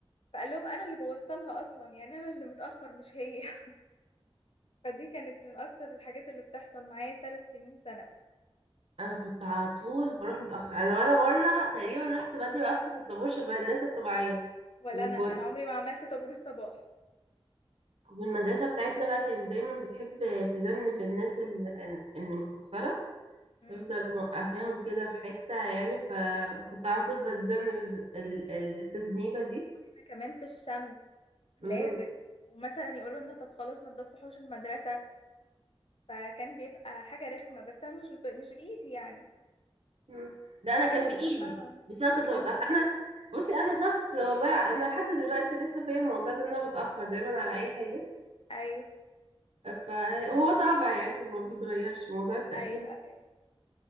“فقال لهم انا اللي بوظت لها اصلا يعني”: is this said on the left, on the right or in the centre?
Left